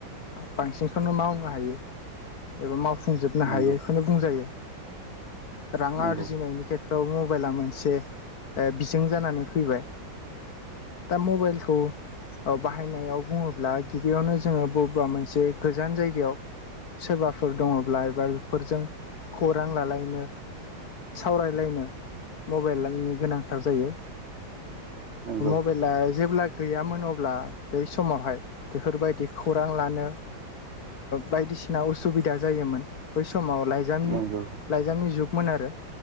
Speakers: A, on the left; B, on the right.
A: बांसिनखौनो मावनो हायो एबा मावफुंजोबनो हायो
B: नंगौ
A: बुंजायो रां
B: नंगौ
A: आरजिनायनि खे <unintelligible> मबाइला मोनसे बिजों जानानै फैबाय दा मबाइलखौ बाहायनायाव बुङोब्ला गिबियावनो जोङो बबेबा मोनसे गोजान जायगायाव सोरबाफोर दङब्ला एबा बेफोरजों खौरां लालायनो सावरायलायनो मबाइलनि गोनां <unintelligible> जायो
B: नंगौ
A: मबाइला जेब्ला गैयामोन अब्ला बै समावहाय बेफोरबायदि खौरां लानो बायदिसिना उसुबिदा जायोमोन बै समाव लाइजामनि
B: नंगौ
A: लाइजामनि जुगमोन आरो